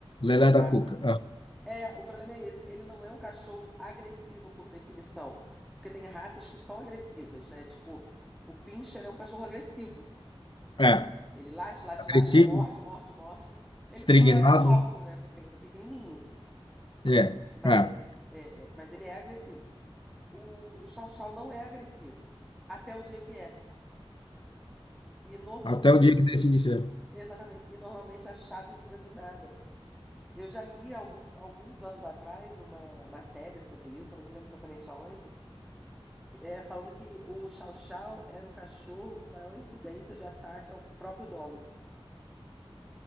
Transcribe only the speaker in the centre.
tá?
É, o problema é esse. Ele não é um cachorro agressivo por definição. Porque tem raças que são agressivas, né? Tipo, o Pinscher é um cachorro agressivo.
Ele late, late,
late, morde, morde, morde. Ele
só é inócuo, né? Porque ele é muito pequenininho.
Mas,
é, é, mas ele é agressivo. O, o Chow Chow não é agressivo. Até o dia que é. E normalmente,
exatamente, e normalmente a chave vira do nada. Eu já li algum, alguns anos atrás uma matéria sobre isso, eu não me lembro exatamente aonde que- é, falando que o Chow Chow era o cachorro com maior incidência de ataque ao próprio dono,